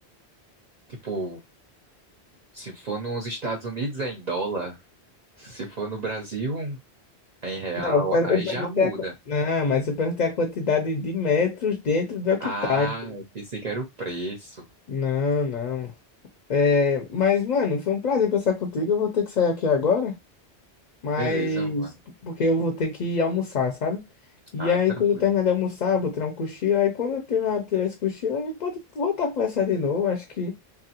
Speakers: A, on the right; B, on the left.
A: Tipo, Se for nos Estados Unidos é em dólar, se for no Brasil é em real,
B: Não, eu per-
A: aí
B: eu perguntei
A: já muda.
B: a, qu- não, mas eu perguntei a quantidade de metros dentro do hectare.
A: Ah, eu pensei que era o preço.
B: Não, não. É, mas, mano, foi um prazer conversar contigo. Eu vou ter que sair aqui agora, mas
A: Beleza, mano.
B: porque eu vou ter que almoçar, sabe? E
A: Ah,
B: aí,
A: tranquilo.
B: quando eu terminar de almoçar, eu vou tirar um cochilo. Aí, quando eu terminar de tirar esse cochilo, a gente pode voltar a conversar de novo. Acho que